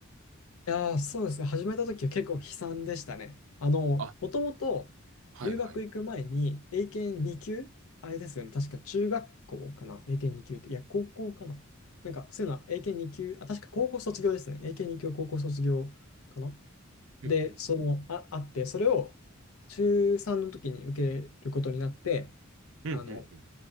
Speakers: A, on the left; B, on the right.
A: いやー、そうですね。始めた時は結構悲惨でしたね。あの、
B: あ、
A: もともと留学行く前に英検2級あれですよね。
B: はいはい。
A: 確か中学校かな。英検2級って。いや、高校かな。なんか、そういうのは英検2級、あ、確か高校卒業ですね。英検2級高校卒業かな。
B: うんうん。
A: で、その、あ、あって、それを中3の時に受けることになって、
B: うんうんうん。
A: あの、